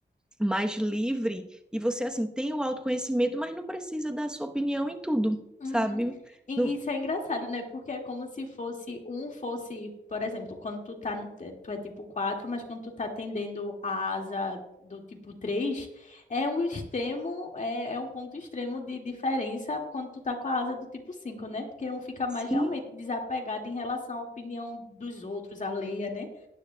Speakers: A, in the centre; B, on the left.
A: mais livre e você assim tem o autoconhecimento, mas não precisa dar sua opinião em tudo,
B: Uhum.
A: sabe?
B: E
A: Não,
B: isso é engraçado, né? Porque é como se fosse um fosse, por exemplo, quando tu tá no, te- tu é tipo 4, mas quando tu tá atendendo a asa do tipo 3, é um extremo, é, é um ponto extremo de diferença quando tu tá com a asa do tipo 5, né? Porque um fica mais
A: sim,
B: realmente desapegado em relação à opinião dos outros, alheia, né?